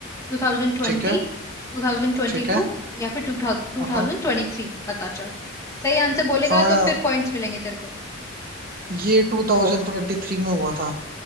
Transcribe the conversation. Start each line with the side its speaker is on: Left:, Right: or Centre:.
Left: टू थाउजेंड ट्वेंटी
Right: ठीक है
Left: टू थाउजेंड ट्वेंटी
Right: ठीक है
Left: टू या फिर टू
Right: हाँ
Left: थाउजेंड
Right: हाँ
Left: ट्वेंटी थ्री बता चल सही आंसर बोलेगा
Right: हाँ,
Left: तो फिर पॉइंट्स मिलेंगे तेरे को।
Right: ये टू थाउजेंड ट्वेंटी थ्री में हुआ था